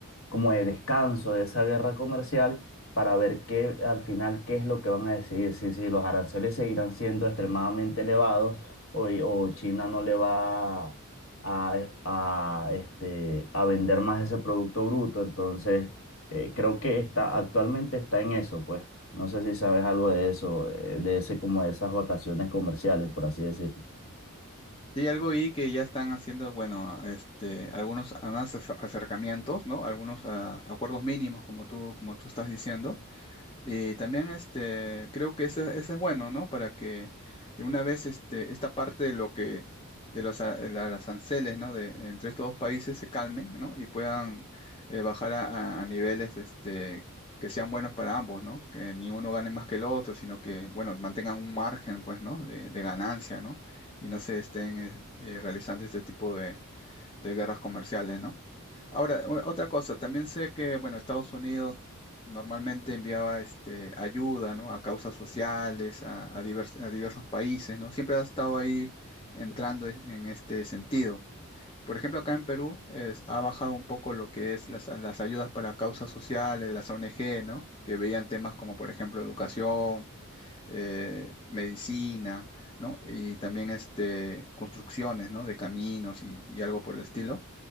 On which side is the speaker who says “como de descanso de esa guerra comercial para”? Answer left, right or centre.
Left